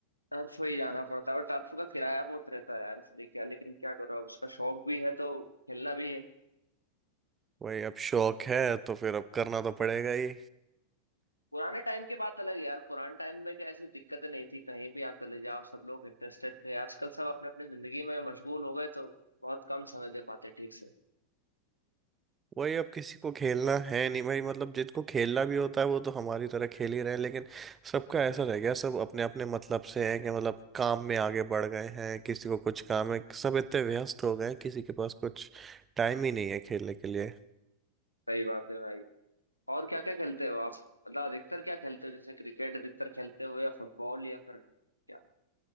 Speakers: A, on the left; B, on the right.
A: टर्फ ही जाना पड़ता है और टर्फ का किराया बहुत रहता है यार इसलिए क्या लेकिन क्या करो अब उसका शौक भी है तो खेलना भी है
B: वही अब शौक है तो फिर अब करना तो पड़ेगा ही
A: पुराने टाइम की बात अलग है यार पुराने टाइम में क्या ऐसी दिक्कतें नहीं थी कहीं भी आप चले जाओ सब लोग इंटरेस्टेड थे आजकल सब अपने अपने जिंदगी में मशगूल हो गए तो बहुत कम समय दे पाते ठीक से
B: वही अब किसी को खेलना है नहीं भाई मतलब जिनको खेलना भी होता है वो तो हमारी तरह खेल ही रहे हैं लेकिन सबका ऐसा रह गया सब अपने अपने मतलब से हैं कि मतलब काम में आगे बढ़ गए हैं किसी को कुछ काम है सब इतने व्यस्त हो गए हैं किसी के पास कुछ टाइम ही नहीं है खेलने के लिए
A: सही बात है भाई और क्या क्या खेलते हो आप मतलब अधिकतर क्या खेलते हो जैसे क्रिकेट अधिकतर खेलते हो या फुटबॉल या फिर क्या